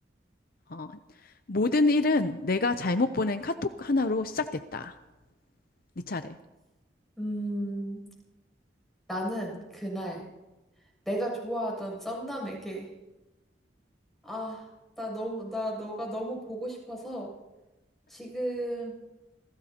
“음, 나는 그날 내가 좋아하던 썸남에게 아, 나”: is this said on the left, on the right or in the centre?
Centre